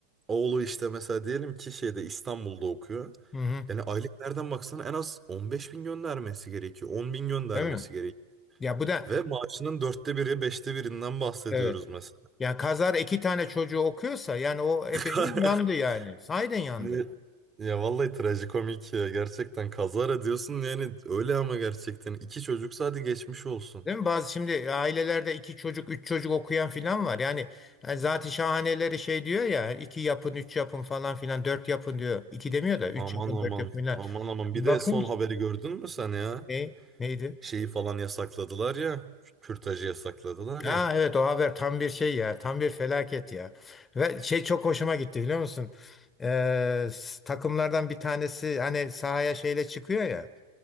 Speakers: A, on the right; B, on the left.
A: oğlu işte mesela diyelim ki şeyde İstanbul'da okuyor.
B: hı hı.
A: Yani aylık nereden baksana en az 15 bin göndermesi gerekiyor. 10 bin göndermesi
B: Değil mi?
A: gerekiyor.
B: Ya bu da
A: Ve maaşının dörtte biri, beşte birinden bahsediyoruz
B: Evet.
A: mesela.
B: Yani kazar iki tane çocuğu okuyorsa yani o ebeveyn
A: <laughs>
B: yandı yani. Sahiden yandı.
A: Ne- Ya vallahi trajikomik ya. Gerçekten kazara diyorsun yani öyle ama gerçekten. iki çocuksa hadi geçmiş olsun.
B: Değil mi? Bazı şimdi ailelerde iki çocuk, üç çocuk okuyan filan var. Yani, yani zat-ı şahaneleri şey diyor ya iki yapın, üç yapın falan filan, dört yapın diyor. İki demiyor da üç
A: Aman
B: yapın,
A: aman.
B: dört yapın filan.
A: Aman aman.
B: Bakın
A: Bir de son haberi gördün mü sen ya?
B: ne, neydi?
A: şeyi falan yasakladılar ya. Kürtajı yasakladılar
B: Ha
A: ya.
B: evet o haber tam bir şey ya. Tam bir felaket ya. Ve şey çok hoşuma gitti biliyor musun? Ee, s- takımlardan bir tanesi hani sahaya şeyle çıkıyor ya.